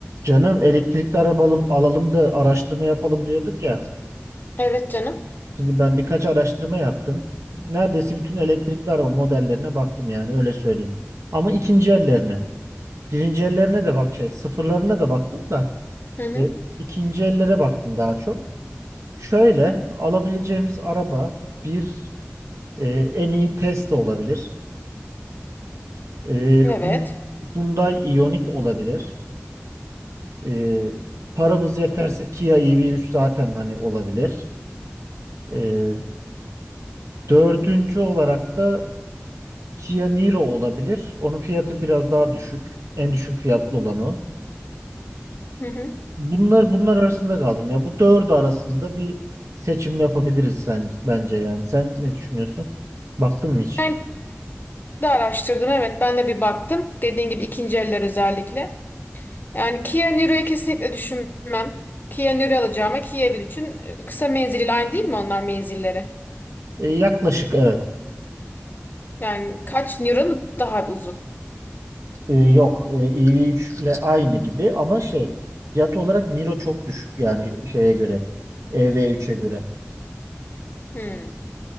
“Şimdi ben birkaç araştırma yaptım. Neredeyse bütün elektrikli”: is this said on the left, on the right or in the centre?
Right